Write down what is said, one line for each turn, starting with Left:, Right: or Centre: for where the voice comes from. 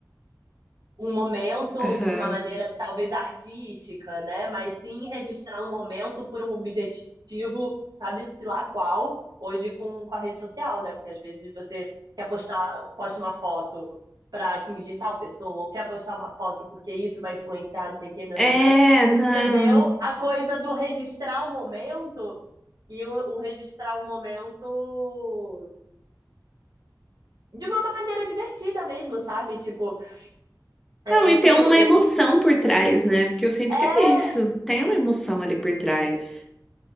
Right: um momento
Centre: Aham.
Right: de uma maneira talvez artística, né? Mas sim registrar um momento por um objetivo, sabe-se lá qual, hoje com, com a rede social, né? Porque às vezes você quer postar, posta uma foto para atingir tal pessoa, ou quer postar uma foto porque isso vai influenciar, não sei o quê, nananã.
Centre: É, não.
Right: E se perdeu a coisa do registrar o momento e o, o registrar o momento de uma maneira divertida mesmo, sabe? Tipo, é,
Centre: Não, e
Right: eu fico.
Centre: tem uma
Right: Eu,
Centre: emoção por trás, né? Porque eu sinto
Right: é,
Centre: que é isso. Tem uma emoção ali por trás.